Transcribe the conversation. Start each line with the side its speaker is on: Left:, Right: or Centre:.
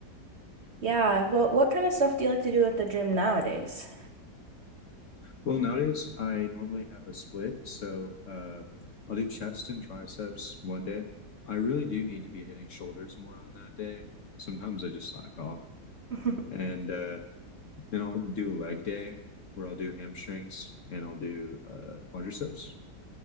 Right: Yeah, well, what kind of stuff do you like to do at the gym nowadays?
Left: Well, nowadays I normally have a split, so uh, I'll do chest and triceps one day. I really do need to be hitting shoulders more on that day. Sometimes I just slack off,
Right: <laughs>
Left: and uh, then I'll do a leg day where I'll do hamstrings and I'll do uh, quadriceps,